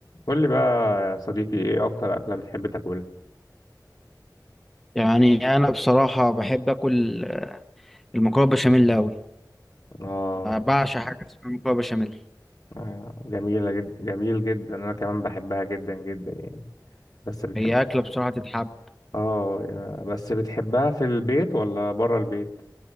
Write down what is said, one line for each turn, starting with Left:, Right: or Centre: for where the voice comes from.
Left: قول لي بقى يا صديقي ايه اكتر اكلة بتحب تاكلها
Centre: يعني انا بصراحه بحب اكل المكرونه بشاميل قوي
Left: اه
Centre: بعشق حاجه اسمها مكرونه بشاميل
Left: آه، جميلة جدا جميل جدا انا كمان بحبها جدا جدا يعني بس بتحب
Centre: هي اكله بصراحه تتحب
Left: اه يا- بس بتحبها في البيت ولا بره البيت